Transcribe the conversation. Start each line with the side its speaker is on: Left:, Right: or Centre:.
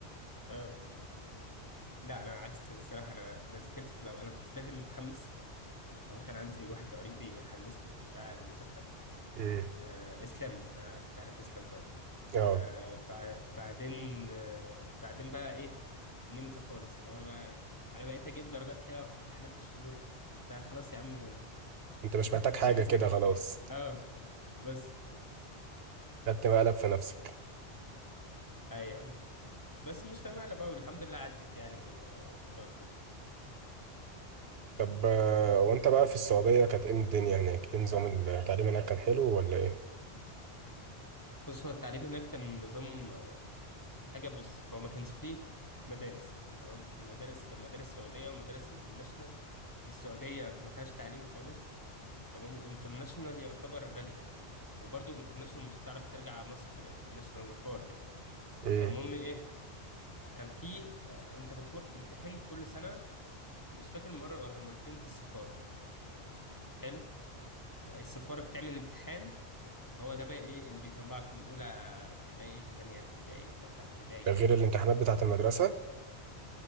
Left: اه لا انا عكسك الصراحة انا انا ذاكرت في الاول انا كنت داخل متحمس أو كان عندي واحد قريبي حمسني وبتاع المذاكرة
Right: امم
Left: آه، اسلام انت اكيد عارف اسلام طيب
Right: اه
Left: آه، بع- بعدين آه، بعدين بقى ايه نمت خالص اللي هو بقى انا بقيت اجيب درجات حلوه في امتحانات الشهور وبتاع خلاص يا عم آه،
Right: انت
Left: <laughs>
Right: مش محتاج
Left: مش
Right: حاجة
Left: عايز
Right: كده
Left: حاجه
Right: خلاص
Left: اه بس
Right: خدت مقلب في نفسك
Left: ايوه بس مش فاهم على بقى والحمد لله عدت يعني و- وكنت مجموع
Right: طب آه، وانت بقى في السعودية كانت ايه الدنيا هناك ايه نظام التعليم هناك كان حلو ولا ايه
Left: بص هو التعليم هناك كان نظام آه، حاجه بص هو ما كانش فيه مدارس تمام المدارس كان مدارس سعوديه ومدارس انترناشونال السعوديه ما فيهاش تعليم خالص تمام والانترناشونال يعتبر غالي يعني وبرضه انترناشونال مش هتعرف ترجع على مصر غير انترناشونال وحوار كده
Right: امم
Left: فالمهم ايه كان في آه، انت بتروح تمتحن كل سنه مش فاكر مره ولا مرتين في السفاره حلو السفاره بتعمل امتحان هو ده بقى ايه اللي بيطلعك من اولى ابتدائي لتانية ابتدائي لتالتة ابتدائي
Right: ده
Left: كده
Right: غير الامتحانات بتاعة المدرسة